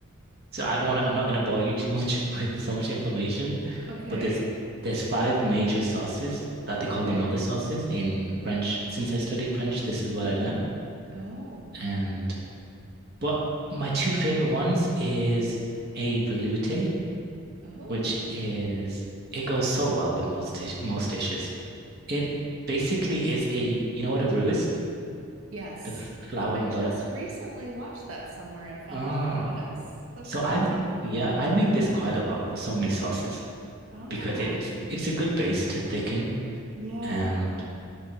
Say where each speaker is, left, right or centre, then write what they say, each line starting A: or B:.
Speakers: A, on the right; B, on the right.
A: So I don't want to, I'm not going to bore you too much <laughs> with so much information,
B: okay.
A: but there's there's five major sauces that they
B: Okay.
A: call the mother sauces in French. Since I studied French, this is what I learned.
B: Oh,
A: And but my two favorite ones is a velouté,
B: oh.
A: which is it goes so well with most dish, most dishes. It basically is a you know what a roux is?
B: Yes.
A: The f- flour
B: I
A: and
B: just
A: butter.
B: recently watched that somewhere and found
A: Oh,
B: out what it was. That's
A: so
B: so
A: I'm
B: funny.
A: yeah, I make this quite a lot for so many sauces.
B: Oh,
A: because it- it's it's a good base to thicken.
B: yeah.
A: And